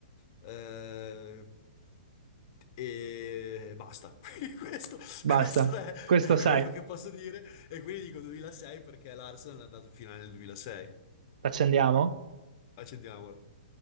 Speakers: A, on the left; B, on the right.
A: Eh, e basta. <laughs> Quindi Questo,
B: Basta,
A: questo è,
B: questo
A: è
B: sai,
A: quello che posso dire. E quindi dico 2006 perché l'Arsenal è andato in finale nel 2006.
B: accendiamo?
A: Accendiamola.